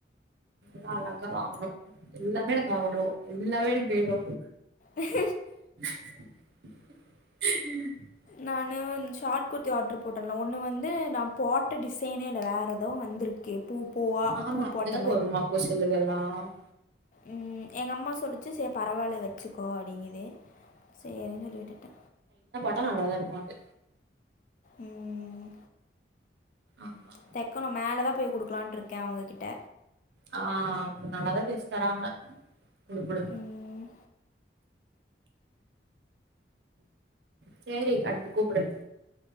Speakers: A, on the right; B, on the left.
A: நல்ல அழகா வாங்கணு எல்லாமே எனக்கு வாங்கணு எல்லாமே எனக்கு வேணு
B: உஹ
A: உஹ <inaudible>
B: நானு ஷார்ட் குர்த்தி ஆர்ட்ரு போட்டன்ல ஒன்னு வந்து நா போட்ட டிசைனே இல்ல வேற ஏதோ வந்துருக்கு பூ பூவாக
A: ஆமா
B: பூ
A: அப்டிதா
B: போட்ட
A: வருமா ஒர் சிலதெல்லா ஆ
B: ம் எங்கம்மா சொல்லிச்சு சே பரவால்ல வச் சுக்கோ அப்படிங்கிது சேரின் சொல்லி விட்டுட்டே
A: டா நல்லாதாருக்கூ அது
B: ம்
A: ஆமா
B: தெக்கணூ மேலதா போய் குடுக்கலான்ருக்கே அவங்ககிட்ட
A: ஆ நல்லாதா தெச்சு தராங்க குடு குடு
B: ம்,
A: செரி அடுத்து கூப்புடு